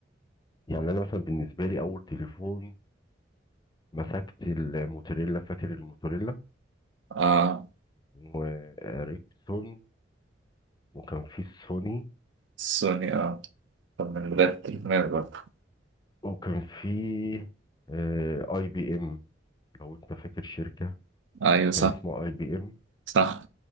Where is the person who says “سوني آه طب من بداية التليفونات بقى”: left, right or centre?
Right